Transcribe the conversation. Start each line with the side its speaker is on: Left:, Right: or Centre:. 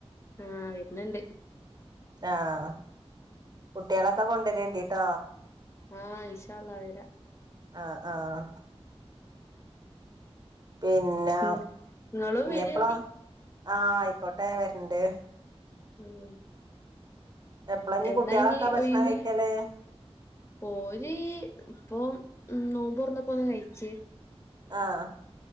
Left: ആഹ വരുന്നുണ്ട്
Right: ആഹ് കുട്ടികളൊക്കെ കൊണ്ടുവരേണ്ടിട്ടാ
Left: ആഹ് ഇൻഷാ അള്ളാ വരാ
Right: ആഹ ആഹ പിന്നെ
Left: ഉം ഇങ്ങളും
Right: ഞ്ഞിപ്പളാ
Left: വരോണ്ടി
Right: ആഹ ആയിക്കോട്ടെ വരണ്ട്
Left: ഉം
Right: എപ്പളാ ഇഞ്ഞ്
Left: എന്നാ
Right: കുട്ട്യാളൊക്കെ
Left: ഇനി
Right: ഭക്ഷണം
Left: ഒയ്
Right: കഴിക്കല്
Left: പോര് ഇപ്പൊ ഉ നോമ്പൂർന്നപ്പോ ഒന്ന് കഴിച്ചേ
Right: ആഹ